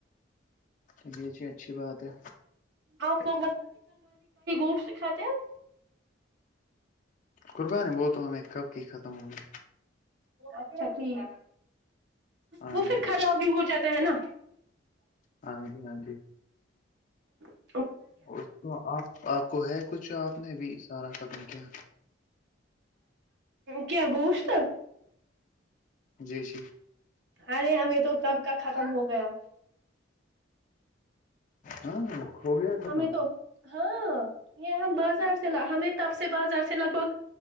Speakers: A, on the left (about 40°); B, on the right (about 65°).
A: چلیے جی اچھی بات ہے
B: آپکو <unintelligible>
A: قربانی وہ تو ہمیں کب کی ختم ہوگی
B: اچھا ٹھیک
A: ہاں
B: وہ پھر
A: جی
B: خراب بھی ہو جاتا ہے نا
A: ہاں جی ہاں جی
B: ا
A: اس تو آپ آپ کو ہے کچھ آپ نے بھی سارا ختم کیا
B: کیا گوشت
A: جی جی
B: ارے ہمیں تو کب کا ختم ہو گیا
A: ہاں ہو گیا ختم
B: ہمیں تو ہاں یہ ہم بازار سے ہمیں تب سے بازار سے لگ بھگ